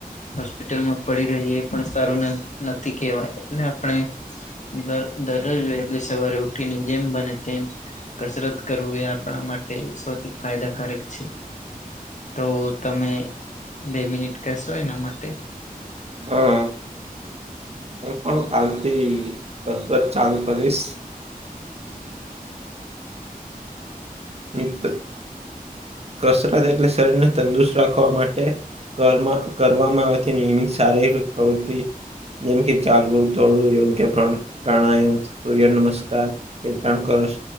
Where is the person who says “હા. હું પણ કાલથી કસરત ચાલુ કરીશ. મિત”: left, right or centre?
Right